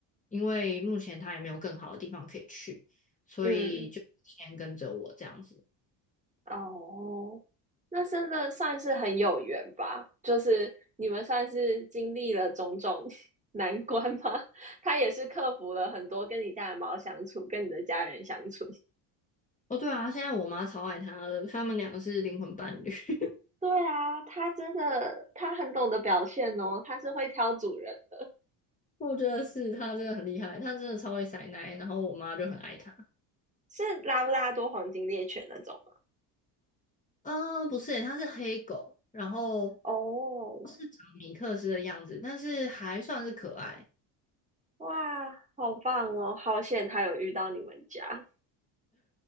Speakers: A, on the left (about 15°); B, on the right (about 15°).
A: 因为目前她也没有更好的地方可以去，所以就先跟着我这样子。
B: 嗯，哦，那真的算是很有缘吧？就是你们算是经历了种种 <laughs> 难关吗？他也是克服了很多跟你家的猫相处，跟你的家人相处。<laughs>
A: 哦，对啊，现在我妈超爱他的，他们两个是灵魂伴侣。<laughs>
B: 对啊，它真的，它很懂得表现哦，它是会挑主人的，
A: 我觉得是他真的很厉害，他真的超会塞奶，然后我妈就很爱他。
B: 是拉布拉多黄金猎犬那种吗
A: 啊，不是他是黑狗，然后
B: 哦，
A: 是长米克斯的样子，但是还算是可爱。
B: 哇，好棒哦！好险他有遇到你们家，